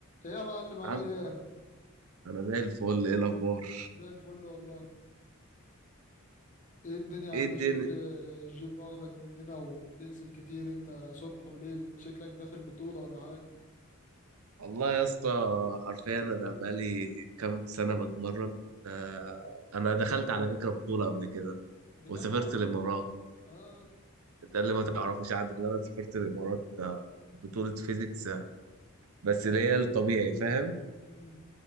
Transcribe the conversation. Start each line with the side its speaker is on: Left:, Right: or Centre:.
Left: ايه يا معلم عامل
Right: عم
Left: ايه
Right: انا زي الفل ايه الاخبار
Left: زي الفل والله ايه الدنيا يا عم
Right: ايه الدنيا
Left: شكل الجيم واخدك مننا وبتنزل كتير انت صبح وليل شكلك داخل بطولة ولا حاجة
Right: والله يا اسطى حرفيا انا بقالي كام سنه بتمرن آه انا دخلت على فكره بطوله قبل كده
Left: بجد
Right: وسافرت
Left: والله
Right: الامارات
Left: اه
Right: ده اللي ما تعرفوش عني اللي انا سافرت الامارات آه بطوله فيزيكس آه، بس اللي هي الطبيعي فاهم
Left: امم